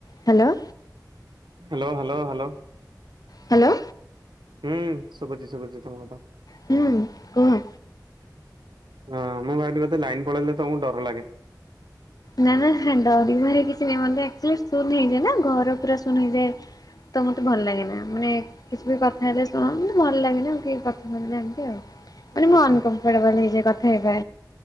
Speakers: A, on the left; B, on the right.
A: Hello
B: hello hello hello
A: hello
B: ହୁଁ ସୁବୁଛି ଶୁଭୁଛି ତମ କଥା
A: ହୁଁ କୁହ
B: ହଁ ମୁଁ ଭାବିଲି ଲାଇନ ପଳେଇଲେ ତମକୁ ଡର ଲାଗେ
A: ନା ନା ଡରି ବାହାରେ କିଛି ନାହିଁ ମେଚୁ ଶୂନ୍ ହେଇଯାଏ ନା ଘର ପୁରା ଶୂନ ହେଇଯାଏ ତ ମତେ ଭଲ ଲାଗେନା ମାନେ କିଛି ବି କଥା ହେଲେ ଶୁଣନ୍ତି ଭଲ ଲାଗେନି ଆଉ କଥା ମହିଲେ ଏମିତି ଆଉ ମାନେ ମୁ
B: ଆଚ୍ଛା
A: ଅନକମ୍ରଟ ବଲ ହେଇଯଏ କଥା ହେଇବା